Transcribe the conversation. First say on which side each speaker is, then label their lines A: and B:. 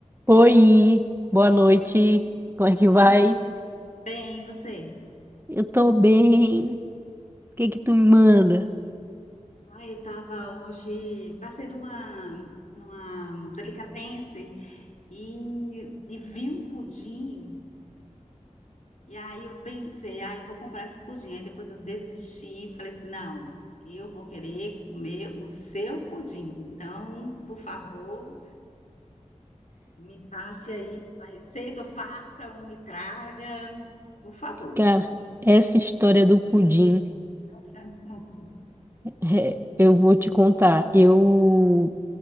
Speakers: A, on the right; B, on the left.
A: Oi, boa noite. Como é que
B: Boa
A: vai?
B: noite. Bem, e você?
A: Eu tô bem. O que que tu me manda?
B: Ah, eu estava hoje, passei numa, numa delicatessen e, e vi um pudim. E aí eu pensei, ah, eu vou comprar esse pudim. Aí depois eu desisti, falei assim, não, eu vou querer comer o seu pudim. Então, por favor, me passe aí a receita, ou faça um e traga, por favor.
A: Cara, essa história do pudim,
B: <laughs>
A: é, eu vou te contar. Eu